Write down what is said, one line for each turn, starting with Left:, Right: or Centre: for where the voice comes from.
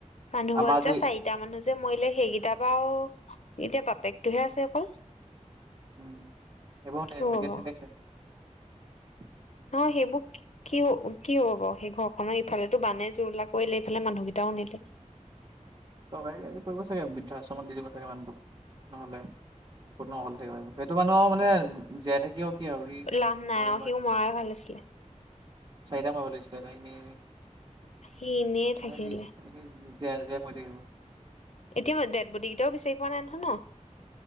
Left: মানুহ
Right: আমাৰ
Left: ঘৰত
Right: আজি
Left: যে চাৰিটা মানুহ যে মৰিলে সেইকেইটাৰ বা এতিয়া বাপেকটোহে আছে অকল।
Right: উম এইব
Left: কি
Right: ন
Left: হ'ব
Right: ম গ দেখ <unintelligible>
Left: অ', সেইবোৰ কি হ কি হ'ব বাৰ সেই ঘৰখনৰ ইফালেতো বানে জুৰুলা কৰিলে এইফালে মানুহকেইটাও নিলে।
Right: ত কৰিব চাগে বৃদ্ধাশ্ৰমত দি দিব চাগে মানুহটোক। নহ'লে ক'ত ন অকলে থাকিব, সেইটো মানুহ আৰু মানে জীয়াই থাকিও কি আৰু সি
Left: লাভ নাই
Right: মৰি
Left: অ', সিও মৰাই ভাল আছিলে।
Right: চাই <unintelligible> দ ম বুলিছিল নাইনে
Left: সি এনেই
Right: মানে
Left: থাকিলে
Right: কি জীয়াই, জীয়াই মৰি থাকিব
Left: এতিয়া মই ডেডবটী কেইটাও বিচাৰি পোৱা নাই নহয় ন